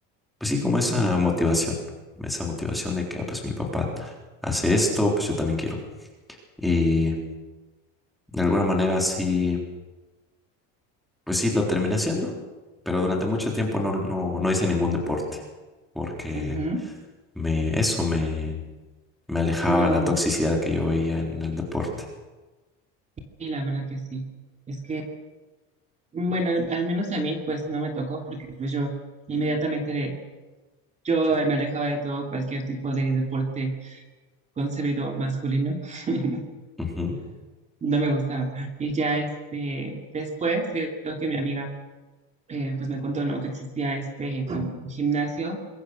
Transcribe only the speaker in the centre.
Pues sí, como esa
motivación, esa motivación de que, ah, pues mi papá hace esto, pues yo también quiero. Y de alguna manera sí, pues sí, lo terminé haciendo, pero durante mucho tiempo no, no, no hice ningún deporte, porque
me, eso me, me alejaba
la toxicidad que yo veía en el deporte.
Ujú.